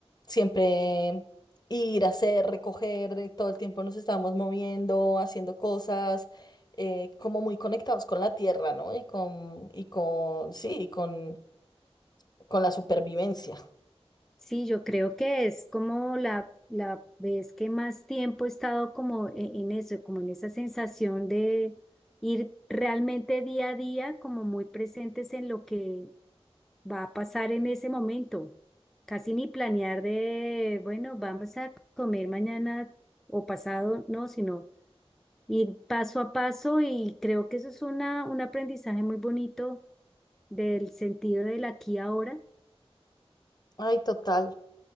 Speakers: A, on the left; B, in the centre.
A: siempre ir a hacer, recoger, eh, todo el tiempo nos estábamos moviendo, haciendo cosas, eh, como muy conectados con la tierra, ¿no? Y con, y con, sí, y con, con la supervivencia.
B: Sí, yo creo que es como la, la vez que más tiempo he estado como e- en eso, como en esa sensación de ir realmente día a día, como muy presentes en lo que va a pasar en ese momento. Casi ni planear de, bueno, vamos a comer mañana o pasado, no, sino ir paso a paso y creo que eso es una, un aprendizaje muy bonito del sentido del aquí y ahora.
A: Ay, total,